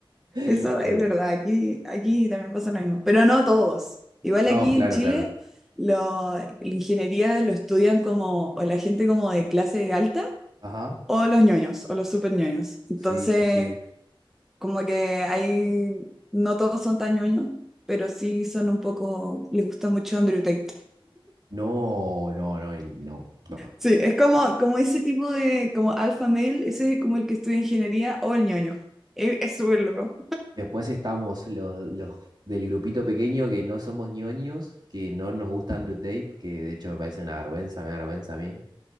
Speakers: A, on the right; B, in the centre.
A: <laughs>
B: Eso es
A: Pero-
B: verdad, aquí, aquí también pasa lo mismo, pero no todos. Igual
A: No,
B: aquí
A: claro,
B: en Chile,
A: claro.
B: lo- la ingeniería lo estudian como o la gente como de clase alta
A: Ajá.
B: o los ñoños o los super ñoños. Entonces,
A: Sí, sí, sí.
B: como que hay, no todos son tan ñoños, pero sí son un poco, les gusta mucho Andrew Tate.
A: No, no, no, y no. No,
B: Sí, es como, como ese tipo de, como alpha male, ese es como el que estudia ingeniería o el ñoño. Es es súper loco.
A: Y Después estamos los, los del grupito pequeño que no somos ñoños, que no nos gusta Andrew Tate, que de hecho me parece una vergüenza, me da vergüenza a mí.